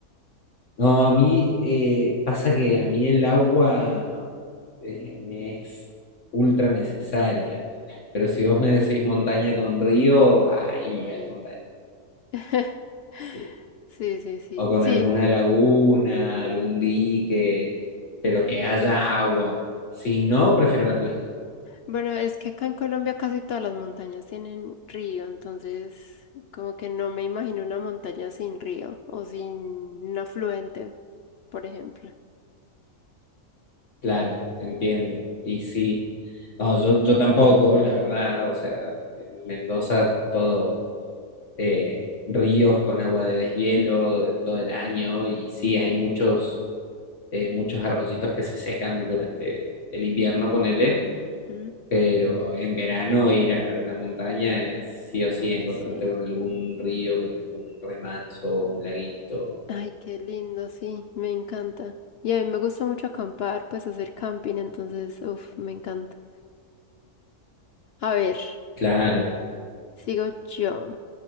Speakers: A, on the left; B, on the left.
A: No, a mí eh, pasa que a mí el agua eh, me es ultra necesaria. Pero si vos me decís montaña con río, ahí me voy
B: Sí.
A: a la montaña.
B: <laughs>
A: Sí.
B: Sí, sí, sí,
A: O con
B: sí.
A: alguna laguna, algún dique, pero que haya agua. Si no, prefiero la playa.
B: Bueno, es que acá en Colombia casi todas las montañas tienen río, entonces como que no me imagino una montaña sin río o sin un afluente, por ejemplo.
A: Claro, entiendo. Y sí. No, yo, yo tampoco, la verdad. O sea, en Mendoza todo. eh, ríos con agua de deshielo de todo el año y sí, hay muchos, eh, muchos arroyitos que se secan durante el invierno, ponele,
B: Ujú.
A: pero en verano ir a la montaña es sí o sí
B: Ay,
A: encontrarte
B: sí.
A: con algún río, con algún remanso, un laguito.
B: Ay, qué lindo, sí, me encanta. Y a mí me gusta mucho acampar, pues hacer camping, entonces, uff, me encanta. A ver,
A: Claro,
B: sigo yo.